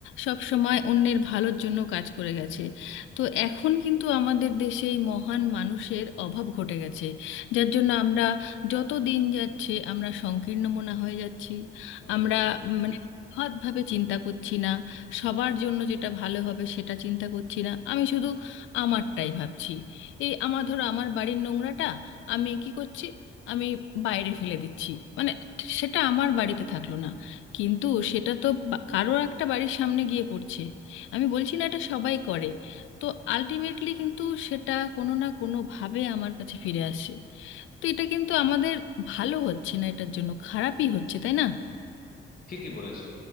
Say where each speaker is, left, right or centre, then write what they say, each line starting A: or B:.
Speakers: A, on the left; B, on the left.
A: সব সময় অন্যের ভালোর জন্য কাজ করে গেছে তো এখন কিন্তু আমাদের দেশে এই মহান মানুষের অভাব ঘটে গেছে যার জন্য আমরা যত দিন যাচ্ছে আমরা সংকীর্ণ মনা হয়ে যাচ্ছি
B: হুম
A: আমরা মানে বৃহৎভাবে চিন্তা করছি না সবার জন্য যেটা ভালো হবে সেটা চিন্তা করছি না আমি শুধু আমারটাই ভাবছি এই আমার ধরো আমার বাড়ির নোংরাটা আমি কি করছি আমি বাইরে ফেলে দিচ্ছি মানে ঠিক সেটা আমার বাড়িতে থাকলো না কিন্তু সেটা তো বা- কারোর একটা বাড়ির সামনে গিয়ে পড়ছে আমি বলছি না এটা সবাই করে তো আলটিমেটলি কিন্তু সেটা কোনো না কোনোভাবে আমার কাছে ফিরে আসে তো এটা কিন্তু আমাদের ভালো হচ্ছে না এটার জন্য খারাপই হচ্ছে তাই না
B: ঠিকই বলেছো